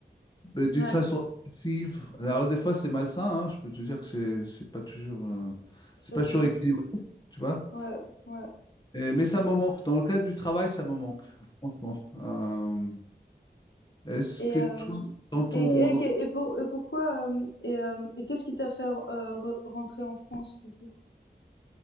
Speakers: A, on the left; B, on the left.
A: mais d'une
B: Ouais,
A: façon agressive. Alors, des fois, c'est malsain, hein, je peux te dire que c'est c'est pas toujours, euh,
B: c'est
A: c'est
B: pas
A: pas
B: toujours.
A: toujours équilibré, tu vois.
B: Ouais, ouais.
A: Et- mais ça me manque. Dans le cadre du travail, ça me manque, franchement. Euh, est-ce
B: Et
A: que
B: euh,
A: toi, dans ton,
B: et, et,
A: dans
B: et- et pour- et pourquoi euh, et, euh, et qu'est-ce qui t'a fait euh, re- rentrer en France du coup?